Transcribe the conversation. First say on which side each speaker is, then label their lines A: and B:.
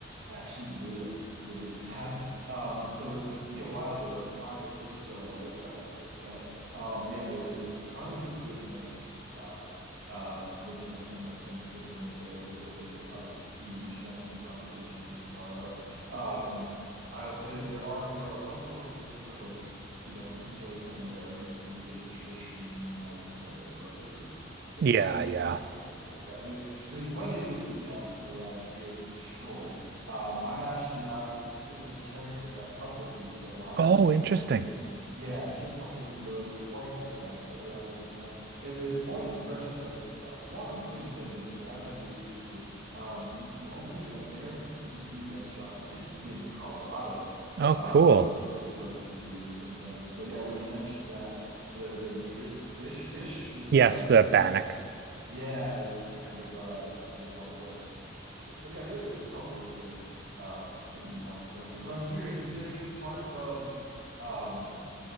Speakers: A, on the right; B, on the right.
A: actually really like really <laughs> bad. Um, so it took me a while to like find the places that I like out here. But um, yeah, there's there's tons of good Mexican spots um, which you know kind of makes sense given like the there's a there's a obviously a huge Mexican population here in Colorado. Um, I'll say that there are you know a couple of good kind of like you know when people say like American food, they traditionally mean like you know like burgers and steaks
B: yeah, yeah.
A: and fries and stuff like that. And there's there's plenty of good steakhouses around here for sure. Um, I'm actually I've been a vegetarian for the past couple of years, so I
B: Oh,
A: can't
B: interesting.
A: partake. Yeah, I can't partake in those quite as much, but they are definitely around. And there's one restaurant that I I've wanted to go to here, but haven't had the occasion to. Um, it's the only American Indian restaurant, I think, in Colorado,
B: Oh,
A: um,
B: cool.
A: is located here in, in Denver. So yeah, when you mentioned that the the native fish dish is
B: Yes,
A: uh
B: the Bannack.
A: yeah is kind of uh is kind of what what made me think of it. So yeah, there, there's a couple of good um good eating options around here. But I'm curious, is there any part of um